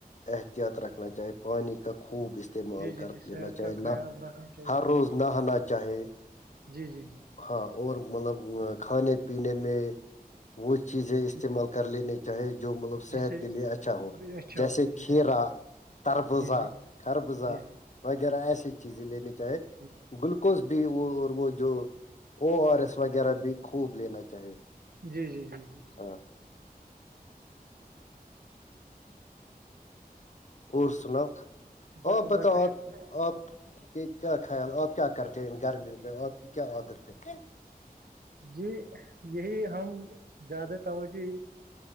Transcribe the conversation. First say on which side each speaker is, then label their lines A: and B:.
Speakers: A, on the left; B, on the right.
A: احتیاط رکھ نہ چاہے پانی کا خوب استعمال
B: جی جی
A: کر
B: جی صحت
A: نہ چاہے
B: کا خیال رکھنا چاہیے
A: ہر روز
B: جی
A: نہ ہونا چاہے
B: جی جی جی
A: ہاں اور مطلب کھانے پینے میں وہ چیزیں استعمال
B: جی جی
A: کر لیینی چاہے جو مطلب
B: جس
A: صحت
B: سے
A: کے لیے اچھا ہو
B: اچھا
A: جیسے
B: ہو جی
A: کھیرا تربزا
B: جی جی جی
A: خربزا
B: جی جی جی
A: وغیرہ ایسی چیز لینے چاہیں
B: جی
A: گلوکوز بھی وہ اور وہ جو آر ایس وغیرہ بھی خوب لینا چاہے
B: جی جی جی جی
A: ہاں اور سناؤ
B: بس
A: اور آپ
B: اللہ
A: بتاؤ
B: کا
A: آپ
B: شکر
A: آپ کے کیا خیال آپ کیا کرتے ہیں ان گرمیوں میں آپ کی کیا عادت ہے
B: جی یہی ہم زیادہ توجہ